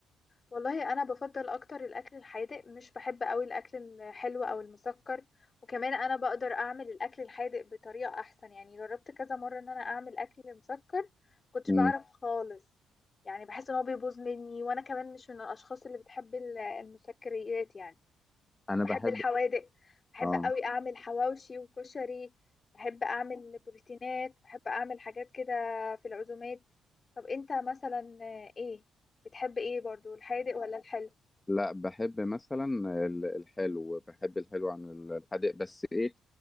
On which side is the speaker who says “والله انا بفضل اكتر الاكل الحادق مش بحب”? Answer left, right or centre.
Left